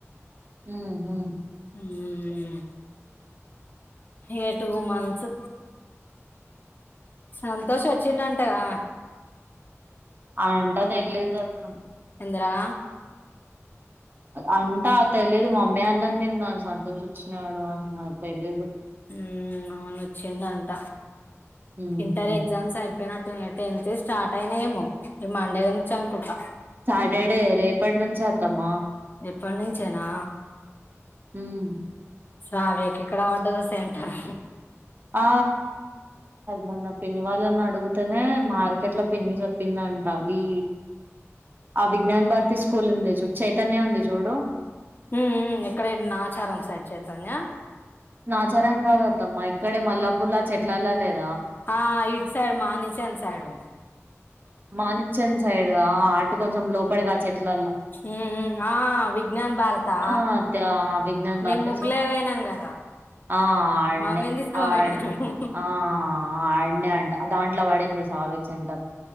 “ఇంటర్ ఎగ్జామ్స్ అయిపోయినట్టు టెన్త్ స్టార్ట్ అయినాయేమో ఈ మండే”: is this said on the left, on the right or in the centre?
Left